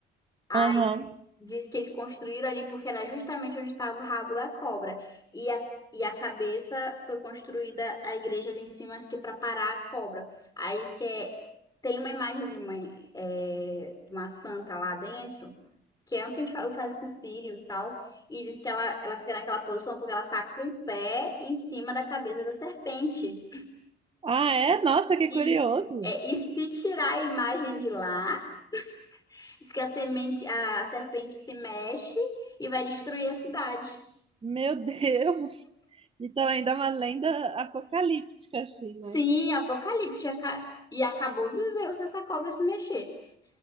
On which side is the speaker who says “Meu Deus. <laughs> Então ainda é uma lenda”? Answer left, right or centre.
Right